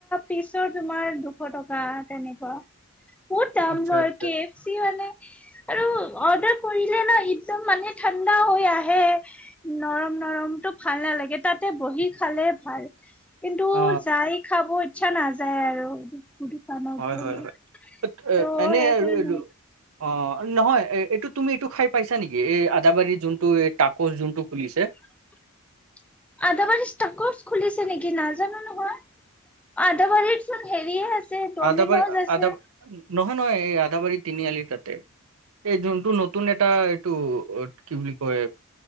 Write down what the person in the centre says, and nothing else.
পিছৰ তোমাৰ দুশ টকা তেনেকুৱা বহুত দাম
লয়
কে এফ চি মানে আৰু অৰ্ডাৰ কৰিলে না একদম মানে ঠাণ্ডা হৈ আহে নৰম- নৰমতটো ভাল নালাগে তাতে বহী খালে ভাল। কিন্তু
যাই খাব ইচ্ছা নাযায় আৰু দোকানত
বহি
ত'
সেইকাৰণে
<inaudible> আদাবাৰী ষ্টাকছ খুলিছ নেকি নাজানো নহয়, আদাবাৰী চোন হেৰিয়ে আছে ডমিন'জ
আছে।